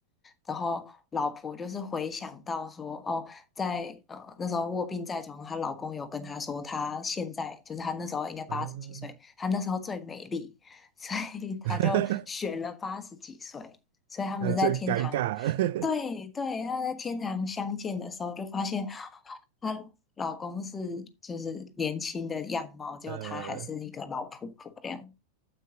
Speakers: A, on the left; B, on the right.
A: 然后老婆就是回想到说，哦，在呃那时候卧病在床，她老公有跟她说，她现在就是她那时候应该八十几岁，
B: 啊，
A: 她那时候最美丽，<laughs> 所以她就选了八十几岁，
B: <laughs>
A: 所以他们在天堂，
B: 那就尴尬了。
A: 对对，他们在天堂相见的时候就发现她老公是就是年轻的样貌，
B: <laughs>
A: 结果她还是一个老婆婆这样。
B: 呃，